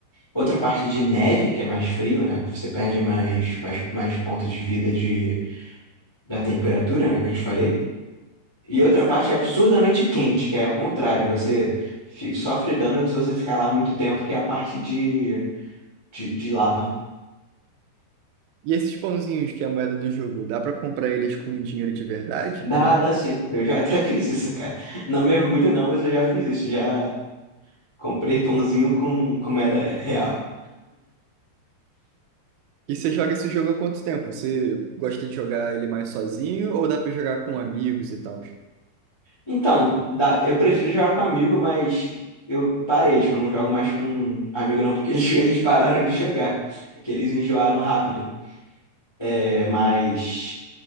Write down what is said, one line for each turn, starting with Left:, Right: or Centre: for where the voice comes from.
Left: Outra parte de neve, que é mais frio, né? Você perde mais, mais, mais pontos de vida de, da temperatura, né? Que eu te falei. E outra parte é absurdamente quente, que é o contrário. Você fi- sofre dano se você ficar lá muito tempo, que é a parte de, de, de lava.
Right: e esses pãozinhos que é a moeda do jogo, dá pra comprar eles com dinheiro de verdade?
Left: Dá, dá sim. Eu já até <laughs> fiz isso, cara. Não mergulho não, mas eu já fiz isso. Já comprei pãozinho com, com moeda real.
Right: E, e você joga esse jogo há quanto tempo? Você gosta de jogar ele mais sozinho ou dá pra jogar com amigos e tal?
Left: Então, dá- eu prefiro jogar com amigo, mas eu parei, tipo, eu não jogo mais com amigo não, porque eles, <laughs> eles pararam de jogar, que eles enjoaram rápido. É, mas,